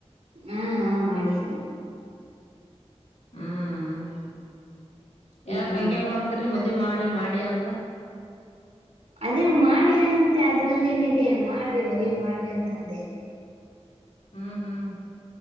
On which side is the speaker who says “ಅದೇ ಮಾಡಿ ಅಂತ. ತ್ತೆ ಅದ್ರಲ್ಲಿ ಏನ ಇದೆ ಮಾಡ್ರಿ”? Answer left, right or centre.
Right